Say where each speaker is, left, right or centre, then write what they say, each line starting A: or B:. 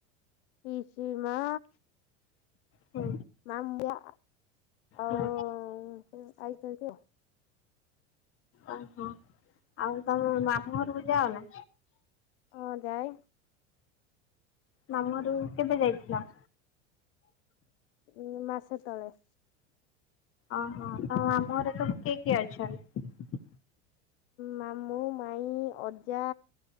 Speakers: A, on the left; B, on the left.
A: ପିସି ମା
B: ହୁଁ
A: ମାମୁଁ ଆ ଆଉ
B: ହୁଁ
A: ସବୁ ଆଇଚନ୍ତି ଆଉ।
B: ଓହୋ ଆଉ ତମେ ମାମୁଁ ଘରକୁ ଯାଅ ନା?
A: ହଁ ଯାଏ
B: ମାମୁଁ ଘରକୁ କେବେ ଯାଇଥିଲ?
A: ଉଁ ମାସେ ତଳେ।
B: ଓହୋ ତମ ମାମୁଁ ଘରେ ସବୁ କିଏ କିଏ ଅଛନ୍ତି?
A: ମାମୁଁ ମାଇଁ ଅଜା